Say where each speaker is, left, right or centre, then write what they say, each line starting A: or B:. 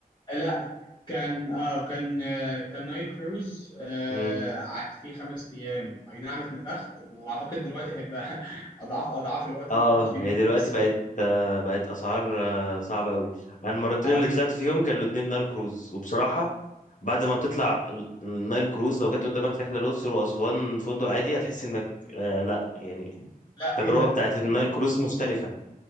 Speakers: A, on the left; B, on the left.
A: لا كان اه كان آه كان نايل كروز آه
B: امم
A: قعدت فيه خمس ايام اي نعم اتنفخت واعتقد دلوقتي هيبقى <laughs> اضعاف اضعاف الوقت
B: أه
A: اللي انا رحت فيه
B: هي
A: من
B: دلوقتي
A: بس
B: بقت آه بقت أسعار آه صعبة أوي أنا المرتين
A: اه
B: اللي
A: كان
B: طلعت فيهم كانوا الاتنين نايل كروز وبصراحة بعد ما بتطلع ال- النايل كروز لو جت قدامك رحلة الأقصر وأسوان فندق عادي هتحس إنك آه لأ يعني
A: لا
B: التجربة
A: ايه ده
B: بتاعت النايل كروز مختلفة